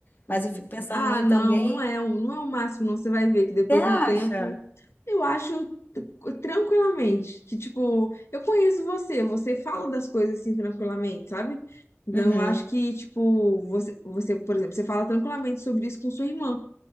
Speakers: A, on the left; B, on the left.
A: Uhum.
B: Mas eu fico pensando
A: Ah,
B: muito
A: não,
B: também.
A: não é, o- não é o máximo, não. Você vai ver que depois,
B: Você acha?
A: com o tempo, eu acho t- tranquilamente que, tipo, eu conheço você, você fala das coisas assim tranquilamente, sabe? Então,
B: Uhum.
A: eu acho que, tipo, você, você, por exemplo, você fala tranquilamente sobre isso com sua irmã.